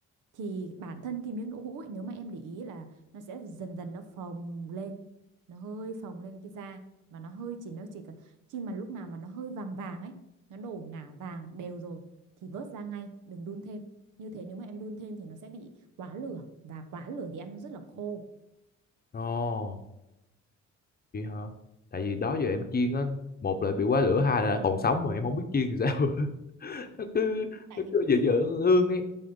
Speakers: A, on the right (about 80°); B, on the left (about 30°).
A: thì bản thân cái miếng đỗ hũ ấy, nếu mà em để ý là nó sẽ dần dần nó phồng lên nó hơi phồng lên cái da và nó hơi chỉ nó chỉ cần khi mà lúc nào mà nó hơi vàng vàng ấy nó đổ ngả vàng đều rồi thì vớt ra ngay đừng đun thêm như thế nếu mà em đun thêm thì nó sẽ bị quá lửa và quá lửa thì ăn nó rất là khô
B: Ồ. Chị hả? Tại vì đó giờ em chiên á, một là bị quá lửa, hai là đã còn sống mà em không biết chiên thì sao. <laughs> Nó cứ
A: Tại
B: nó
A: vì
B: cứ dở dở ương ương ấy.